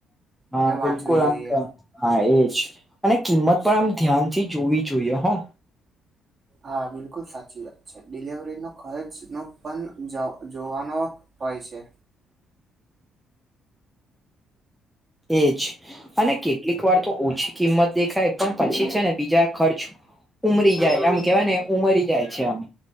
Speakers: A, in the centre; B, on the right.
A: હા
B: અને વાંચવી
A: બિલકુલ
B: જોઈએ
A: આમક હા એજ અને કિંમત પણ આમ ધ્યાનથી જોવી જોઈએ હો
B: હા બિલકુલ સાચી વાત છે ડિલવરીનો ખર્ચ નો પણ જોવાનો હોય છે.
A: એજ અને કેટલીક વાર તો ઓછી કિંમત દેખાય પણ પછી છે ને બીજા ખર્ચ ઉમરી જાય આમ કેવાય ને ઉમરી જાય છે આમ.